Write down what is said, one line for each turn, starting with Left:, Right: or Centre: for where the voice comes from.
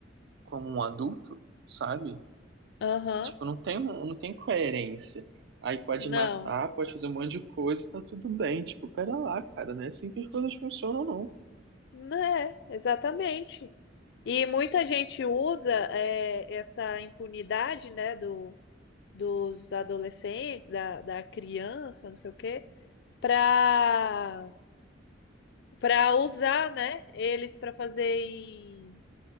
Right: como um adulto, sabe?
Left: Aham,
Right: Tipo, não tem, não tem coerência. Aí pode
Left: não,
Right: matar, pode fazer um monte de coisa e tá tudo bem. Tipo, pera lá, cara, não é assim que as coisas funcionam, não.
Left: né, exatamente. E muita gente usa é, essa impunidade, né, do, dos adolescentes, da, da criança, não sei o quê, para para usar, né, eles para fazer em...